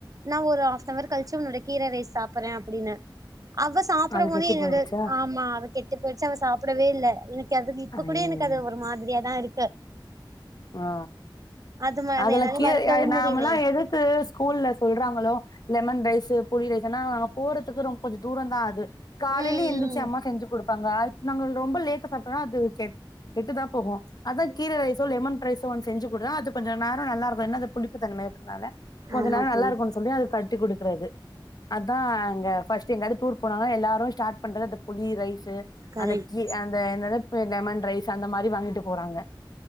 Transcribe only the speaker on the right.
நா ஒரு ஹாஃப் னவர் கழிச்சு உன்னோட கீர ரைஸ் சாப்புறே அப்புடின்ன அவ சாப்புடும்
போதே
என்னோட
ஆமா அது கெட் போயிடுச்சா அவ சாப்டவே இல்ல எனக்கு அதுக்கு இப்ப
கூட எனக்கு அது ஒரு மாதிரியா தா இருக்
அது
என்னால
மறக்கவு
முடியல
ம்
ம்
ஆமா
தோழி
கரெக்ட்